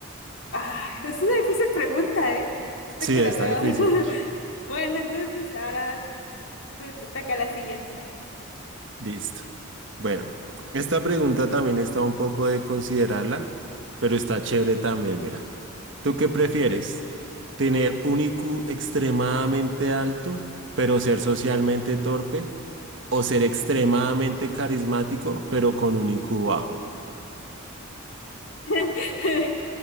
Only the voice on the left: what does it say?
Ah, <laughs> es una difícil pregunta, ¿eh?
Ahorita que
la veo.
<laughs> Bueno, entonces ahora te, te toca la siguiente.
<laughs>